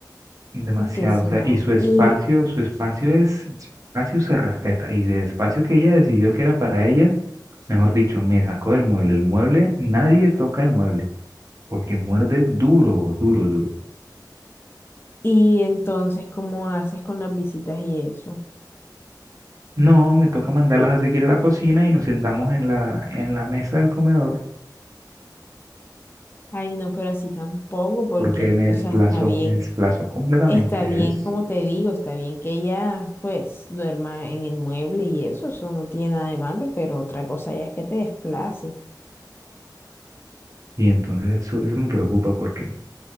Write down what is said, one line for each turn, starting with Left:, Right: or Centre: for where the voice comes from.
Right: Demasiado,
Left: ¿Y qué será?
Right: o sea, y su espacio,
Left: Y,
Right: su espacio es, su espacio se respeta, y del espacio que ella decidió que era para ella, mejor dicho, me sacó del mueble, el mueble, nadie toca el mueble, porque muerde duro, duro, duro.
Left: y entonces, ¿cómo haces con las visitas y eso?
Right: No, me toca mandarlas a seguir a la cocina y nos sentamos en la, en la mesa del comedor,
Left: Ay, no, pero así tampoco, porque,
Right: porque me
Left: o
Right: desplazó,
Left: sea, está bien,
Right: me desplazó completamente,
Left: está bien,
Right: es,
Left: como te digo, está bien que ella, pues, duerma en el mueble y eso, eso no tiene nada de malo, pero otra cosa ya es que te desplace.
Right: y entonces eso, eso me preocupa, porque